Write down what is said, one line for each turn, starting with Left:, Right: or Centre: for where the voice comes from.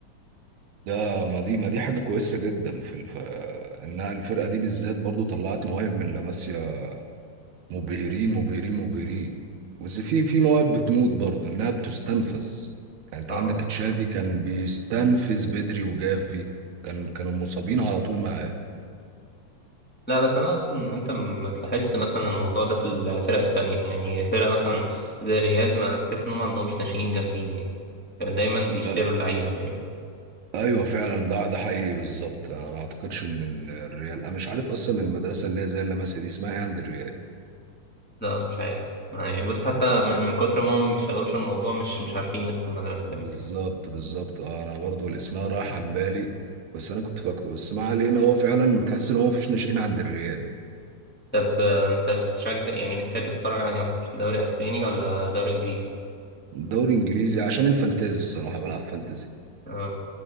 Right: ده ما دي ما دي حاجة كويسة جدا في الف... انها الفرقة دي بالذات برضو طلعت مواهب من لاماسيا مبهرين مبهرين مبهرين بس في في مواهب بتموت برضو انها بتستنفذ يعني انت
Centre: اه
Right: عندك تشافي كان بيستنفذ بدري وجافي كان كانوا مصابين على طول معاه
Centre: لا بس انا اصلا ان انت ما تلاحظش مثلا الموضوع ده في الفرق التانية يعني فرقة مثلا زي الريال ما تحس ان هم ما عندهمش ناشئين جامدين يعني دايما بيشتروا
Right: لا
Centre: اللعيبة فاهم
Right: ايوه فعلا ده ده حقيقي بالظبط انا ما اعتقدش ان ال- الريال انا مش عارف اصلا المدرسة اللي هي زي اللاماسيا دي اسمها ايه عند الريال
Centre: لا مش عارف يعني بص حتى من من كتر ما هم بيشغلوش الموضوع مش مش عارفين اسم المدرسة
Right: بالظبط
Centre: يعني
Right: بالظبط اه انا برضو الاسماء راح عن بالي بس انا كنت فاكره بس ما علينا هو فعلا بتحس ان هو مفيش ناشئين عند الريال
Centre: طب آه، انت بتشجع يعني بتحب تتفرج على أنهي اكتر دوري اسباني ولا دوري انجليزي
Right: دوري انجليزي عشان الفانتازي الصراحه بلعب فانتازي
Centre: اه